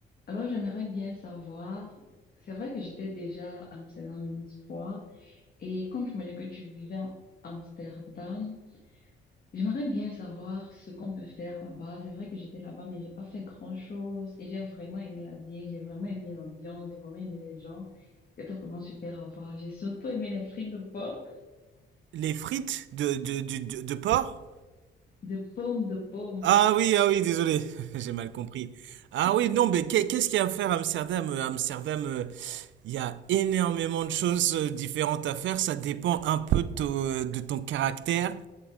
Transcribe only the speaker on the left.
Alors, j'aimerais bien savoir, c'est vrai que j'étais déjà à Amsterdam une fois, et quand tu m'as dit que tu vivais à Amsterdam, j'aimerais bien savoir ce qu'on peut faire là-bas. C'est vrai que j'étais là-bas, mais j'ai pas fait grand-chose, et j'ai vraiment aimé la vie, j'ai vraiment aimé l'ambiance, j'ai vraiment aimé les gens. C'était vraiment super à voir. J'ai surtout aimé les frites de pommes,
de pommes, de pommes.